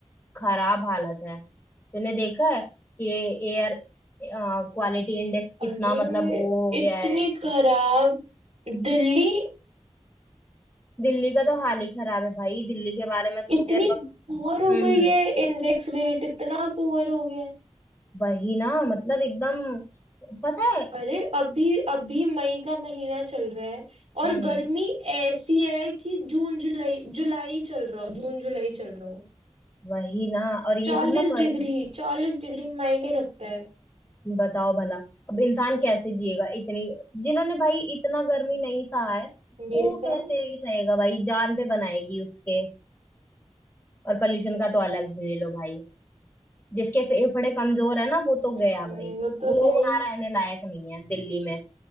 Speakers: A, on the left; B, on the right.
A: खराब हालत है तूने देखा है कि एयर क्वालिटी इंडेक्स कितना
B: अरे
A: मतलब वो हो
B: इतनी
A: गया है
B: खराब दिल्ली
A: दिल्ली का तो हाल ही खराब है भाई दिल्ली के बारे में तो
B: इतनी
A: मुझे लग
B: पुअर हो
A: हम्म
B: गई
A: हम्म
B: है इंडेक्स रेट इतना पुअर हो गया है
A: वही ना मतलब एकदम पता है
B: अरे अभी अभी मई का महीना चल रहा है और
A: हम्म हम्म
B: गर्मी ऐसी है कि जून जुलाई जुलाई चल रहा हो जून जुलाई चल रहा हो
A: वही ना और ये
B: चालीस
A: सब ना पर
B: डिग्री चालीस डिग्री मायने रखता है
A: बताओ भला अब इंसान कैसे जिएगा इतनी जिन्होंने भाई इतना गर्मी नहीं सहा है वो
B: ये सब
A: कैसे सहेगा भाई जान पे बनाएगी उसके और पोल्यूशन का तो अलग ही ले लो भाई जिसके फेफड़े कमजोर है ना वो तो गया
B: हम्म,
A: भाई
B: वो तो
A: वो
B: है ही
A: वहां रहने लायक नहीं है दिल्ली में